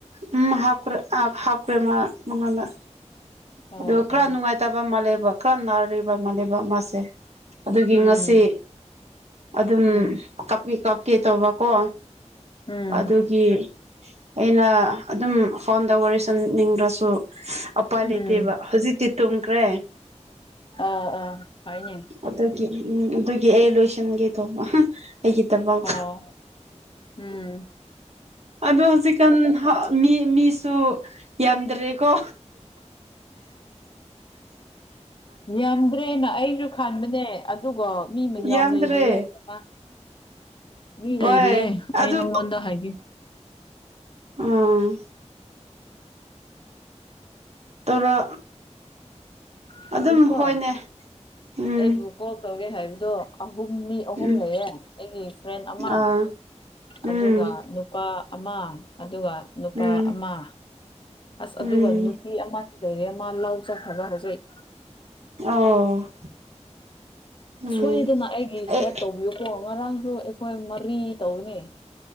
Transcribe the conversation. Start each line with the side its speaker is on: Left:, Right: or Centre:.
Right: ꯎꯝ ꯍꯥꯞꯈ꯭ꯔꯦ ꯑ ꯍꯥꯞꯈ꯭ꯔꯦꯃ ꯃꯪꯉꯣꯟꯗ
Left: ꯑꯣ
Right: ꯑꯗꯨ
Left: ꯑꯣ
Right: ꯈꯔ ꯅꯨꯡꯉꯥꯏ ꯇꯕ ꯃꯥꯜꯂꯦꯕ ꯈꯔ ꯅꯥꯔꯤꯞ ꯕ ꯃꯥꯜꯂꯦꯕ ꯃꯥꯁꯦ ꯑꯗꯨꯒꯤ
Left: ꯎꯝ
Right: ꯉꯁꯤ ꯑꯗꯨꯝ
Left: ꯎꯝ
Right: ꯀꯞꯄꯤ ꯀꯞꯀꯦ ꯇꯧꯕꯀꯣ
Left: ꯎꯝ
Right: ꯑꯗꯨ ꯒꯤ ꯑꯩꯅ ꯑꯗꯨꯝ ꯐꯣꯟꯗ ꯋꯥꯔꯤ ꯁꯟꯅꯤꯡꯗ꯭ꯔꯁꯨ ꯎꯄꯥ
Left: ꯎꯝ
Right: ꯂꯩꯇꯦꯕ ꯍꯧꯖꯤꯛꯇꯤ ꯇꯨꯝꯈ꯭ꯔꯦ
Left: ꯑꯣ ꯑꯣ ꯍꯥꯏꯅꯦ
Right: ꯑꯗꯨꯗꯒꯤ ꯎꯝ ꯑꯗꯨꯒꯤ ꯑꯩ ꯂꯣꯏꯁꯤꯟꯒꯦ ꯇꯧꯕ ꯑꯩꯒꯤꯗꯕꯛ
Left: ꯑ ꯎꯝ
Right: ꯑꯗꯣ ꯍꯧꯖꯤꯛꯀꯥꯟ ꯃꯤ ꯃꯤꯁꯨ ꯌꯥꯝꯗ꯭ꯔꯦꯀꯣ
Left: ꯌꯥꯝꯗ꯭ꯔꯦꯅ ꯑꯩ ꯈꯥꯟꯕꯅꯦ ꯑꯗꯨꯒ ꯃꯤ ꯃꯤꯡ ꯌꯥꯝ
Right: ꯌꯥꯝꯗ꯭ꯔꯦ
Left: ꯂꯩꯔꯤꯌꯦ ꯏꯕꯦꯝꯃ ꯃꯤ
Right: ꯍꯣꯏ
Left: ꯂꯩꯔꯤꯌꯦ
Right: ꯑꯗꯨ
Left: ꯑꯩ ꯅꯪꯉꯣꯟꯗ ꯍꯥꯏꯒꯦ
Right: ꯎ ꯇꯧꯔꯣ
Left: ꯍꯧꯖꯤꯛꯀꯣ
Right: ꯑꯗꯨꯝ ꯍꯣꯏꯅꯦ ꯎꯝ
Left: ꯑꯩꯕꯨ ꯀꯣꯜ ꯇꯧꯒꯦ ꯍꯥꯏꯕꯗꯣ ꯑꯍꯨꯝ ꯃꯤ ꯑꯍꯨꯝ
Right: ꯎꯝ
Left: ꯂꯩꯌꯦ ꯑꯩꯒꯤ ꯐ꯭ꯔꯦꯟ ꯑꯃ
Right: ꯑꯥ ꯎꯝ
Left: ꯑꯗꯨꯒ ꯅꯨꯄꯥ ꯑꯃ ꯑꯗꯨꯒ ꯅꯨꯄꯥ
Right: ꯎꯝ
Left: ꯑꯃ ꯑꯁ
Right: ꯎꯝ
Left: ꯑꯗꯨꯒ ꯅꯨꯄꯤ ꯑꯃ ꯂꯩꯔꯦ ꯃꯥ ꯂꯥꯎꯖꯈ꯭ꯔꯕ ꯍꯧꯖꯤꯛ
Right: ꯑꯣ ꯎꯝ
Left: ꯁꯣꯏꯗꯥꯅ ꯑꯩꯒꯤ
Right: ꯑꯦ
Left: ꯁꯦꯞ ꯇꯧꯕꯤꯌꯨ ꯀꯣ ꯉꯔꯥꯡꯁꯨ ꯑꯩꯈꯣꯏ ꯃꯔꯤ ꯇꯧꯕꯅꯤ